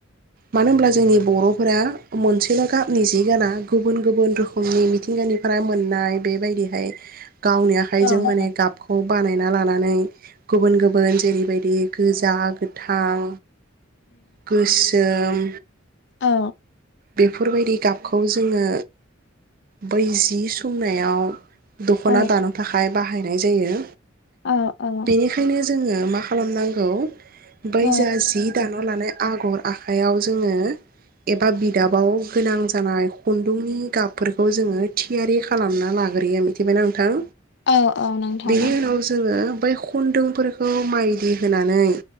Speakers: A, on the right; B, on the left.
A: मानो होनब्ला जोंनि बर'फोरा मोनसेल' गाबनि जि गाना गुबुन गुबुन रोखोमनि मिथिंगानिफोरा मोननाय बेबायदिहाय गावनि आखाइजों
B: उम
A: माने गाबखौ बानायना लानानै गुबुन गुबुन जेरैबायदि गोजा गोथां गोस सोम
B: औ।
A: बेफोरबायदि गाबखौ जोङो बै जि सोंनायाव दख'ना
B: औ
A: दानो थाखाय बाहाय नाय जायो।
B: औ औ।
A: बेनिखायनो जोङो मा खालामनांगौ बै
B: औ
A: जा जि दान' लानाय आगर आखाइयाव जोङो एबा बि गाबाव गोनां जानाय खुन्दुंनि गाबफोरखौ जोङो थियारि खालामना लाग्रोयो मिथिबायना नोंथां।
B: औ औ नोंथां
A: बेनि
B: औ
A: उनाव जोङो बै खुन्दुंफोरखौ माइ होनानै